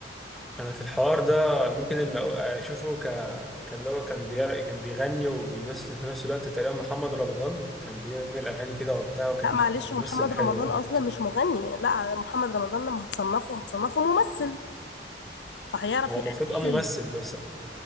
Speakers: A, in the centre; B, on the left (about 65°).
A: انا في الحوار ده ممكن اللي أو- اشوفه ك كان اللي هو كان بي... كان بيغني وبيمثل في نفس الوقت تقريبا محمد رمضان كان بيعمل اغاني كده وبتاع وكان
B: لا معلش
A: كان ممثل
B: هو محمد
A: حلو
B: رمضان
A: برضه
B: اصلا مش مغني لا محمد رمضان لما هتصنفه هتصنفه ممثل فهيعرف
A: هو
B: يأدي
A: المفروض اه ممثل
B: حلو
A: بس